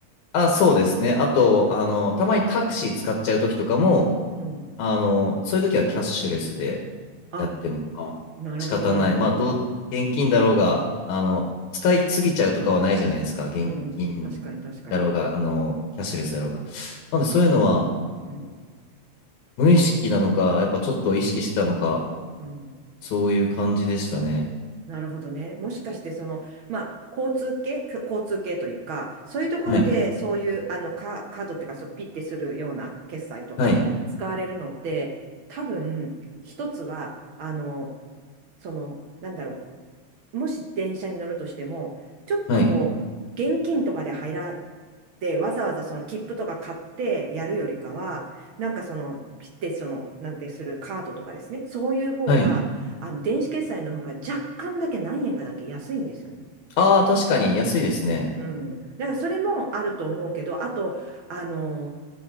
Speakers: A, on the left; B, on the right.
A: あ、そうですね。あと、あの、たまにタクシー使っちゃう時とかも、
B: うん。
A: あの、そういう時はキャッシュレスで
B: あ、
A: やっても、まあ、
B: なるほど、
A: 仕方ない。
B: なるほど。
A: まあ、どう、現金だろうが、あの、使いすぎちゃうとかはないじゃないですか。現金
B: うんうん。確かに、確かに。
A: だろうが、あの、キャッシュレスだろうが。なので、そういうのは、
B: うん。
A: 無意識なのか、やっぱちょっと意識してたのか、
B: うん。
A: そういう感じでしたね。
B: なるほどね。もしかして、その、まあ、交通系、か交通系というか、そういうところで、
A: はい
B: そういう、あの、カ、カードっていうか、そう、ピッてするような決済とか、
A: はい。
B: 使われるのって、多分、一つは、あの、その、なんだろう、もし電車に乗るとしても、ちょっとこう、
A: はい。
B: 現金とかで入らって、わざわざその切符とか買ってやるよりかは、なんかその、ピッてその、なんてするカードとかですね、そういう方が、
A: はい。
B: あの、電子決済の方が若干だけ何円かだけ安いんですよね。
A: ああ、確かに安いですね。
B: うん。だからそれもあると思うけど、あと、あの、